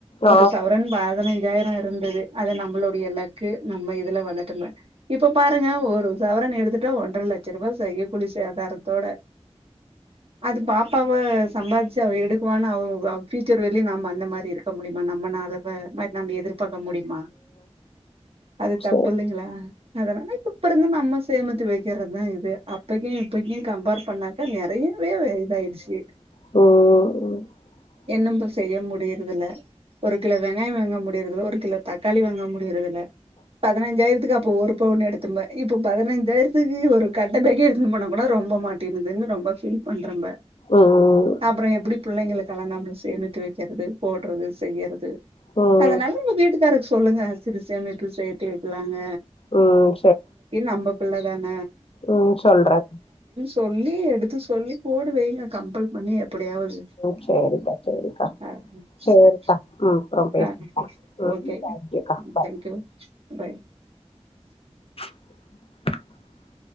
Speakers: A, on the right; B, on the left.
A: ஒரு
B: ஆ
A: சவரன் பா பதினைஞ்சாயிர இருந்தது அத நம்மளுடைய லக்கு நம்ம இதுல வந்துட்டு இப்ப இப்போ பாருங்க ஒரு சவரன் எடுத்துட்டா ஒன்றரை லட்ச ரூபாய் செய்ய கூலி சேதாரத்தோட அது பாப்பாவா சம்பாதிச்சு அவ எடுக்குவான்னு அவ ஃபியூச்சர் வெளிய நாம அந்த மாதிரி இருக்க முடியும் நம்ம நாலுபேர நம்ம எதிர்பார்க்க முடியுமா அது
B: சரி
A: தப்பு இல்லைங்கிளா அதுனால இப்ப இருந்து நம்ம சேமத்து வைக்கிறதுதா இது அப்பக்கு இப்பக்கு கம்பேர் பண்ணாக்கா நெறயவே இதாயடுச்சு
B: ஓஓஓ
A: என்னும்ம செய்ய முடியுறதில்ல ஒரு கிலோ வெங்காய வாங்க முடியுறதல ஒரு கிலோ தக் காளி வாங்க முடியறதுல பதினஞ்சாயிரத்துக்கு போர் இப்ப ஒன்னு எடுத்தப இப்ப பதினைஞ்சாயிரத்துக்கு ஒரு கட்ட பேக்கே எடுத்து போனா கூட ரொம்ப மாட்டேினதுன்னு ரொம்ப ஃபீல் பண்றம்ப
B: ம்
A: அப்றோ எப்டி புள்ளைங்களுக்கு நாம செ சேமித்து வெக்கிறது போடுறது செய்யுறது
B: ம் சரி ம்
A: அதனால உங்க வீடுக் க்காருக்கு சொல்லுங்க சிறு சேமிப்பு சேத்தி இருக்கலாங்க
B: உம் சரி
A: நம்ம புள்ள தான
B: உம் சொல்றே
A: சொல்லி எடுத்து சொல்லி போடு வைங்க கம்பல் பண்ணி எப்படியாவது
B: ம் சேரிக்கா சேரிக்கா
A: ஆ
B: சேரிக்கா
A: சரி
B: உம் அப்றம் பேசுக்கா
A: ஆ
B: உம்
A: ஓகே
B: தேங்யூக்கா பாய்
A: தேங்க்யூ பாய்
B: <inaudible>